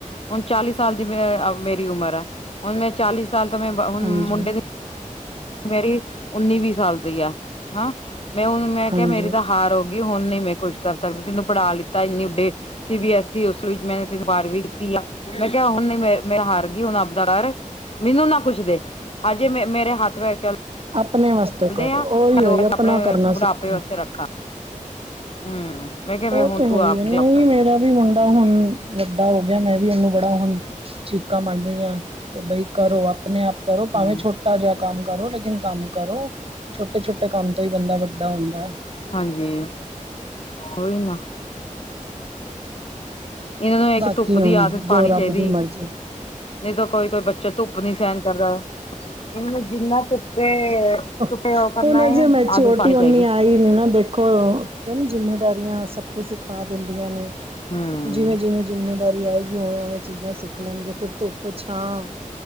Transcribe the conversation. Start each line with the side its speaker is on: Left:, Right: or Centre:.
Left: ਹੁਣ ਚਾਲੀ ਸਾਲ ਦੀ ੳਮਰ, ਮੇਰੀ ਉਮਰ ਹੈ ਹੁਣ ਮੈਂ ਚਾਲੀ ਸਾਲ ਤੋ ਮੈਂ ਹੁਣ
Right: ਹਾਂਜੀ
Left: ਮੁੰਡੇ ਦੀ ਮੇਰੀ ਉੱਨੀ ਵੀਹ ਸਾਲ ਦੀ ਆ ਹੈ, ਮੈਂ ਹੁਣ ਮੈਂ ਕਿਹਾ
Right: ਹਾਂਜੀ
Left: ਮੇਰੀ ਤਾਂ ਹਾਰ ਹੋ ਗਈ ਹੁਣ ਨਹੀ, ਮੈਂ ਕੁਛ ਕਰ ਸਕਦੀ, ਤੈਨੂੰ ਪੜ੍ਹਾ ਲਿੱਤਾ ਇੰਨੇ ਵੱਡੇ ਸੀ ਬੀ ਐਸ ਉਸ ਵਿੱਚ ਮੈ ਤਿੰਨ ਬਾਰਵੀਂ ਕੀਤੀ ਆ ਮੈਂ ਕਿਹਾ ਹੁਣ ਨੀ ਮੇ ਮੇਰਾ ਹਾਰ ਗਈ ਹੁਣ ਆਪਦਾ ਡਰ ਮੈਨੂੰ ਨਾ ਕੁੱਛਦੇ ਹਜੇ ਮੇ ਮੇਰੇ ਹੱਥ ਚਲਦੇ
Right: ਆਪਣੇ ਵਾਸਤੇ ਕਰੋ
Left: ਆ
Right: ਉਹੀ ਉਹੀ ਆਪਣਾ
Left: ਆਪਣੇ
Right: ਕਰਨਾ
Left: ਬੁਢਾਪੇ
Right: ਸਿੱਖੋ
Left: ਵਾਸਤੇ ਰੱਖਾਂ ਹੂੰ, ਮੈਂ ਕਿਹਾ
Right: ਉਹ
Left: ਮੈਂ ਹੁਣ
Right: ਤੇ
Left: ਤੂੰ
Right: ਹੈ ਹੀ
Left: ਆਪਦੇ
Right: ਆ, ਨਹੀ
Left: ਹੂੰ
Right: ਮੇਰਾ ਵੀ ਮੁੰਡਾ ਬੜਾ ਹੁਣ ਵੱਡਾ ਹੋ ਗਿਆ, ਮੈਂ ਵੀ ਇਹਨੂੰ ਬੜਾ ਹੁਣ ਚੀਕਾ ਮਾਰਦੀ ਹਾ ਤੇ ਬਈ ਕਰੋ, ਆਪਣੇ ਆਪ ਕਰੋ, ਭਾਵੇਂ
Left: ਹੂੰ
Right: ਛੋਟਾ ਜਿਹਾ ਕੰਮ ਕਰੋ ਲੇਕਿਨ ਕੰਮ ਕਰੋ ਛੋਟੇ-ਛੋਟੇ ਕੰਮ ਤੋਂ ਹੀ ਬੰਦਾ ਵੱਡਾ ਹੁੰਦਾ ਹੈ
Left: ਹਾਂਜੀ, ਉਹੀ ਨਾ ਇਹਨਾਂ ਨੂੰ ਇੱਕ
Right: ਬਾਕੀ
Left: ਧੁੱਪ ਦੀ
Right: ਹੁਣ
Left: ਆਦਤ
Right: ਜੋ
Left: ਪਾਣੀ
Right: ਰੱਬ
Left: ਚਾਹੀਦੀ।
Right: ਦੀ ਮਰਜ਼ੀ
Left: ਨਹੀ ਤਾਂ ਕੋਈ-ਕੋਈ ਬੱਚਾ ਧੁੱਪ ਨੀ ਸਹਿਣ ਕਰਦਾ, ਇਹ ਜਿੰਨਾ ਧੁੱਪੇ ਧੁੱਪੇ
Right: ਹੁਣ
Left: ਉਹ ਕਰਨਾ
Right: ਅਜੇ
Left: ਹੈ
Right: ਮੈਂਚਯੌਰਟੀ
Left: ਆਦਤ ਪਾਣੀ
Right: ੳਨੀ
Left: ਚਾਹੀਦੀ
Right: ਆਇ ਨ ਨਾ ਦੇਖੋ, ਨਾ ਜਿੰਮੇਦਾਰੀਆਂ ਸਭ ਕੁਛ ਸਿਖਾ ਦਿੰਦੀਆਂ ਨੇ
Left: ਹਮ
Right: ਜਿਵੇਂ-ਜਿਵੇਂ ਜਿੰਮੇਦਾਰੀ ਆਏਗੀ, ਉਵੇ-ਉਵੇ ਚੀਜ਼ਾਂ ਸਿੱਖ ਲੈਣਗੇ ਫਿਰ ਧੁੱਪ ਛਾ